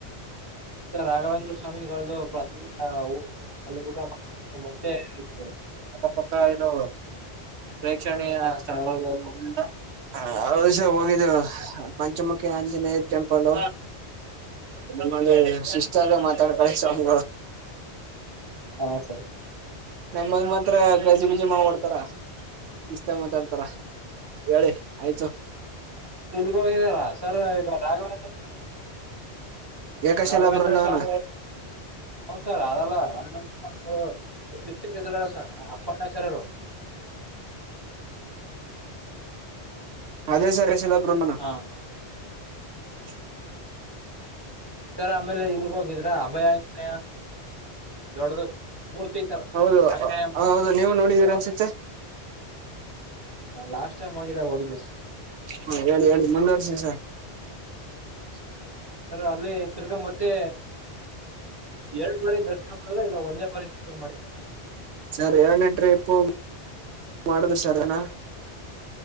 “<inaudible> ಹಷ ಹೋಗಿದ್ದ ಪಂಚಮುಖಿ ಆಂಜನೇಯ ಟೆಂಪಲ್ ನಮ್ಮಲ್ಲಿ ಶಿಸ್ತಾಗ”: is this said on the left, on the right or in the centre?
Right